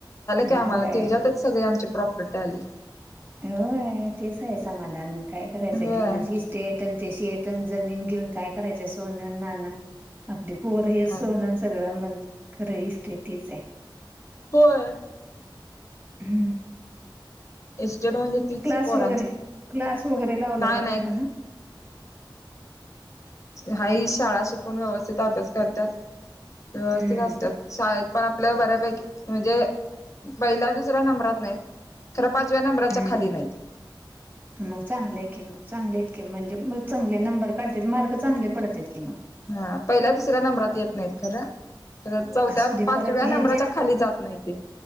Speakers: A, on the right; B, on the left.
A: होय.
B: ते आम्हाला तेच्यातच सगळे आमची प्रॉपर्टी आली.
A: हो य तेच आहे समाधान काय करायचं
B: होय
A: घेऊन इस्टेट आणि ते शेत. जमीन घेऊन काय करायच सोनन नान आपली पोर हे
B: काय
A: सोनन सगळं म्हण. खरं ह इस्टेट तीच आहे.
B: बर.
A: हम्म.
B: इस्टेट म्हणजे तीच
A: क्लास
B: पोरांची.
A: वगैरे क्लास वगैरे लावला
B: नाही
A: का
B: नाही
A: पोरांना ह.
B: हा य हीच शाळा शिकून व्यवस्थित अभ्यास करतात व्यवस्थित
A: हम्म
B: असतात शाळेत. आपल्या बऱ्यापैकी म्हणजे पहिला दुसऱ्या नंबरात खर पाचव्या नंबच्या
A: हम्म
B: खाली नाही.
A: मग चांगलंय की मग चांगले आहेत किं म्हणजे चांगले नंबर काढत मार्क चांगले पडत्यात कि मग
B: हा पहिल्या दुसऱ्या नंबरात येत नाहीत खरं. तर चौथ्या
A: असू दे
B: पाचव्या
A: परत
B: नंबराच्या
A: हे ज्या
B: खाली जात नाही ते